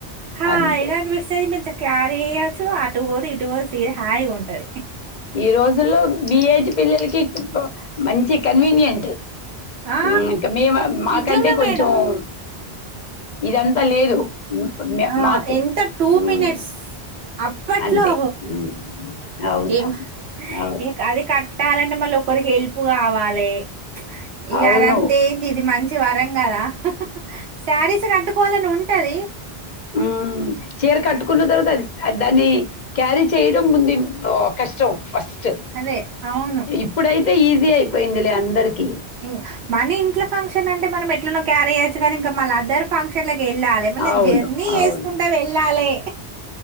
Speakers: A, on the right; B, on the left.
A: హా
B: అంతే
A: ఇగ అనుపిస్తది మే న్చ్ క్యారీ జేయెచ్చు అటువోదు ఇటువోదు సీర హాయిగా ఉంటది
B: ఈ రోజుల్లో మీ ఏజ్ పిల్లల్కీ మంచి కన్వీనియంట్
A: ఆ
B: ఉమ్ ఇంకా మేమ్ మాకంటే
A: నిజంగా
B: కొంచెవ్
A: మేడం
B: ఇదంత లేదు మే-
A: ఆ
B: మాకు
A: ఎంత టూ
B: ఉమ్,
A: మినెట్స్ అప్పట్లో
B: అంతే ఉమ్, అవును
A: ఏం
B: అవును అవును
A: ఇక్ అది కట్టాలంటే మళ్ళీ ఒకరి హెల్ప్ ఉప్పు గావాలే ఇగ
B: అవును
A: అదంతేంది ఇది మంచి వరం గదా సారీస్ గట్టుకోవాలని వుంటది
B: ఉమ్ ఉమ్ చీర కట్టుకున్న తర్వాత అ అది దాన్ని క్యారీ చేయడం ముంది ఇంపొ కష్టం ఫస్ట్
A: అదే అవును
B: ఇప్పుడైతే ఈజీ అయిపోయింది లే అందరికీ
A: ఇం మనీ ఇంట్లో ఫంక్షన్ అంటే మనం ఎట్లనో క్యారీ చేయచ్చు. కానీ ఇంకా మళ్ళ అదర్ ఫంక్షన్ ల వెళ్ళాలె మళ్ళీ
B: అవును
A: జర్నీ
B: అవును
A: చేసుకుంట వెళ్ళాలె